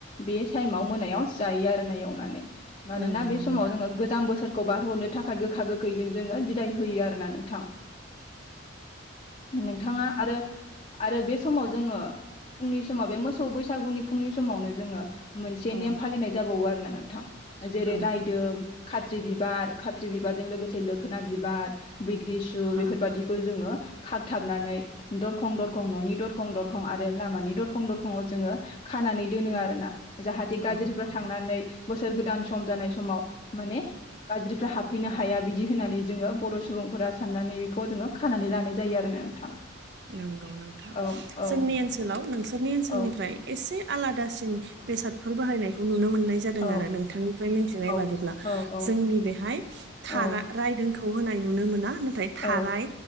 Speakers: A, on the left (about 30°); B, on the right (about 55°).
A: बे टाइमाव मोनायाव जायो आरो ना एवनानै मानोना
B: नंगौ
A: बे
B: नोंथां
A: समाव जोङो गोजाम बोसोरखौ बारहरनो थाखाय गोखा गोखैजों जोङो बिदाय होयो आरोना नों थां <inaudible> नोंथाङा आरो आरो बे समाव जोङो फुंनि समाव बे मोसौ बैसागुनि फुंनि समावनो जोङो मोनसे
B: औ
A: नेम फालिनाय जाबावो आरो ना नोंथां
B: औ
A: जेरै रायदों खात्रि बिबार खा थ्रि बिबारजों लोगोसे लोखोना बिबार बैग्रि सु बेफोर
B: औ
A: बायददिखौ जोङो खागथाबनानै दरखं दरखं न'नि दरखं दर खं आरो लामानि दरखं दरखंआव जोङो खानानै दोनो आरोना। जाहाथे गाज्रिफ्रा
B: औ औ
A: थांनानै बोसोर गोदान सम जानाय समाव माने गाज्रिफ्रा हाब फैनो हाया बिदि होननानै जोङो बर' सुबुंफोरा साननानै बेखौ जोङो खानानै लानाय जायो आरोना नोंथां।
B: नंगौ नोंथां
A: औ औ
B: जोंनि ओनसोलाव नोंसोरनि ओनसोलनिफ्राय
A: औ
B: एसे आलादा दासिन बेसादफोर बाहायनायखौ नुनो मोना नाय जादों
A: औ
B: आरो नोंथांथिनाय
A: औ
B: बादिब्ला
A: औ औ
B: जोंनि बेहाय थारा-
A: औ
B: रायदोंखौ खौ होनाय नुनो मोना नाथाय थाराय
A: औ